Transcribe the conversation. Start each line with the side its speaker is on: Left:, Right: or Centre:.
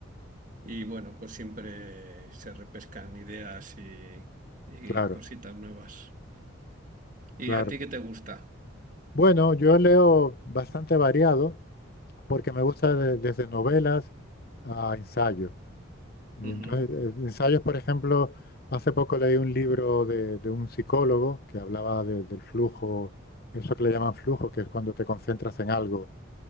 Right: Y bueno, pues siempre se repescan ideas y, y
Left: claro,
Right: cositas nuevas.
Left: claro.
Right: ¿Y a ti qué te gusta?
Left: Bueno, yo leo bastante variado porque me gusta de- desde novelas a ensayo. Entonces,
Right: Ujú,
Left: eh, ensayos, por ejemplo, hace poco leí un libro de, de un psicólogo que hablaba de- del flujo, eso que le llaman flujo, que es cuando te concentras en algo